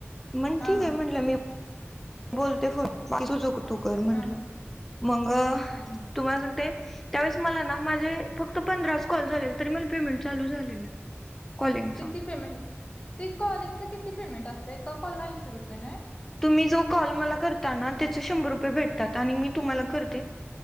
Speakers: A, in the centre; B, on the left.
A: मण
B: हां,
A: ठीक
B: हां,
A: हाय म्हटलं मी बोलते फोन <unintelligible> तू कर म्हंटलं.
B: हं,
A: मग
B: हं, हं.
A: तुम्हाला सांगते त्यावेळेस मला ना माझे फक्त पंधराच कॉल झालेले, तरी मला पेमेंट चालू झालेलं. कॉलिंगचं.
B: किती पेमेंट ते कॉलिंगच किती पेमेंट असतंय, एका कॉलला ऐंशी रुपये नव्हे?
A: तुम्ही जो कॉल मला करता ना, त्याच शंभर रुपये भेटतात आणि मी तुम्हाला करते